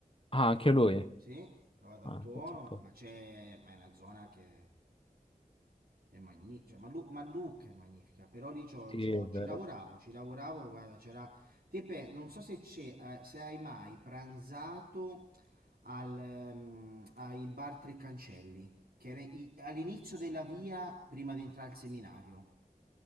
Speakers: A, on the left; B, on the right.
A: Ah, anche lui.
B: Sì, va ad Antuono,
A: Ah, pensa un po'.
B: ma c'è, ma è una zona che è magnifica, ma, Lu- ma Lucca è magnifica, però lì c'ho-
A: Sì,
B: c'ho-
A: è
B: ci
A: vero.
B: lavoravo, ci lavoravo, guarda, c'era, Tepe, non so se c'è, eh, se hai mai pranzato al, ehm, ai bar Tre Cancelli, che era i- all'inizio della via prima di entrare al seminario.